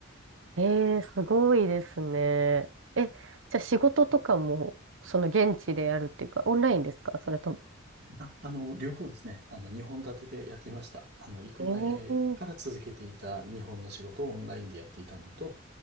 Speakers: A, on the right (about 75°); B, on the right (about 55°).
A: ー、えー、すごいですね。え、じゃあ仕事とかも、その現地でやるっていうか、オンラインですかそれとも。
B: あ、あの、両方ですね、あの、2本立てでやっていました。あの、行く前から続けていた日本の仕事をオンラインでやっていたのと、
A: えー